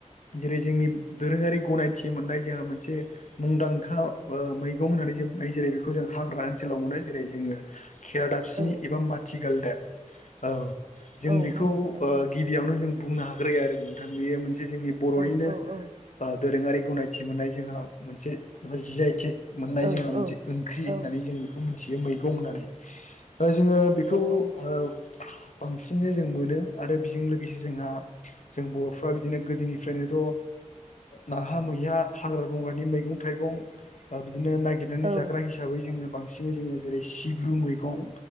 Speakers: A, on the left; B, on the right.
A: जेरै जोंनि दोरोङारि गनायथि मोननाय जोंहा मोनसे। मुंदांखा ओ मैगं होननानै जों बुंनो हायो जेरै बेखौ जों हाग्रा ओनसोलाव मोनो। जेरै जोङो खेरा दाबसि
B: औ
A: एबा माथिगालदाब औ जों
B: औ
A: बेखौ
B: मानसि गालदाब
A: ओ
B: औ
A: गि बियावनो जों बुंनो हाग्रो आरो नोंथां बेयो मोनसे जोंनि बर'निनो
B: औ औ औ
A: आ दोरोङारि गनायथि मोननाय जोहा मोनसे एबा जि आइ थेग मोननाय
B: औ
A: जोंहा मोनसे
B: औ
A: ओंख्रि होननानै
B: औ
A: जों बिखौ मोन्थियो मैगं होननानै। दा जोङो बिखौ ओ
B: औ
A: बांसिनै जों मोनो आरो बिजों लोगोसे जोंहा जों बर'फ्रा बिदिनो गोदोनिफ्रायनोथ' ओ नाहा मैहा हाग्रा बंग्रानि मैगं थाइगं ओ बिदिनो नायगिरनानै
B: औ
A: जाग्रा हिस साबै जोङो बांसिनै जोङो जेरै सिब्रु मैगं